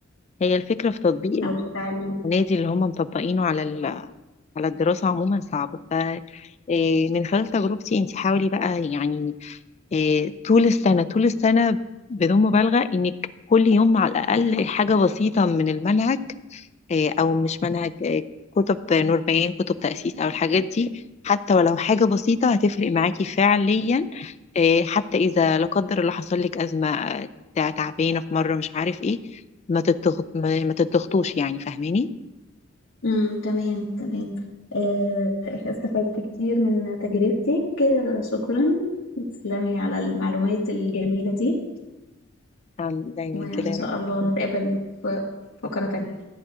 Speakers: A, on the left; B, on the left.
A: هي الفكرة في تطبيق
B: او التعليم
A: ونادي اللي هم مطبقينه على ال- على الدراسة عموما صعب ف إيه، من خلال تجربتي انت حاولي بقى يعني إيه، طول السنة طول السنة بدون مبالغة انك كل يوم على الأقل حاجة بسيطة من المنهج إيه، أو مش منهج إيه، كتب نور بيان كتب تأسيس أو الحاجات دي حتى ولو حاجة بسيطة هتفرق معاكي فعليا إيه، حتى إذا لا قدر الله حصل لك أزمة آه، تعبانة في مرة مش عارف إيه ما تتضغط ما ما تتضغطوش يعني فاهماني
B: امم تمام تمام آه، استفدت كتير من تجربتك آه، شكرا تسلمي على المعلومات الجميلة دي
A: نعم دايما
B: وإن
A: كده
B: شاء
A: يا رب
B: الله نتقابل في فقرة تانية